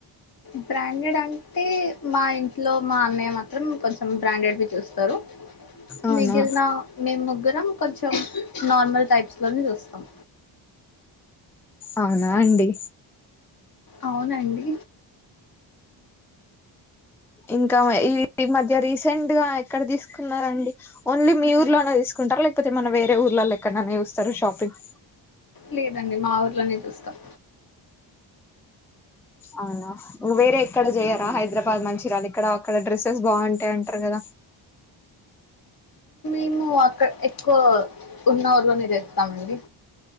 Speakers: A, on the left; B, in the centre.
A: బ్రాండెడ్ అంటే మా ఇంట్లో మా అన్నయ్య మాత్రం కొంచెం బ్రాండెడ్ వి చూస్తారు
B: అవునా
A: మెగిల్నా మేమ్ ముగ్గురం కొంచెం నార్మల్ టైప్స్లో నె చూస్తాం
B: అవునా అండి
A: అవునండి
B: ఇంక ఈ మధ్య రీసెంట్ గా ఎక్కడ తీసుకున్నారండి ఓన్లీ మీ ఊర్లోనే తీసుకుంటార లేకపోతే మన వేరే ఊర్లలో ఎక్కడైనా చూస్తారా షాపింగ్
A: లేదండి మా ఊర్ లోనె చూస్తాం
B: అవునా నువ్ వేరే ఎక్కడ చేయారా హైద్రాబాద్ మ చిరాల్ ఇక్కడ అక్కడ డ్రెస్సెస్ బాగుంటాయి అంటరు కదా
A: మేము అక్కడ్ ఎక్కువ ఉన్న ఊర్లోనే చేస్తామండి